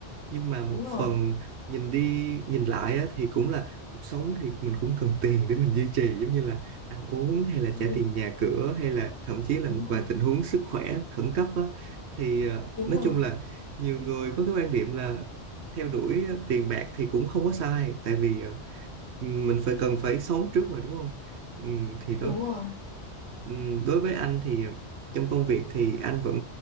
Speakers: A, on the right; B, on the left.
A: nhưng mà
B: đúng
A: một
B: rồi
A: phần nhìn đi nhìn lại á, thì cũng là cuộc sống thì mình cũng cần tiền để mình duy trì giống như là ăn uống hay là
B: Ừ,
A: trả tiền nhà cửa hay là thậm chí là
B: đúng
A: một vài
B: rồi
A: tình huống sức khỏe khẩn cấp á, thì ờ,
B: đúng
A: nói
B: rồi
A: chung là nhiều người có cái quan điểm là theo đuổi ờ, tiền bạc thì cũng không có sai tại vì ờ, mình phải cần phải sống trước mà đúng không ừ, thì đó
B: đúng rồi
A: Ừm, đối với anh thì ờ, trong công việc thì anh vẫn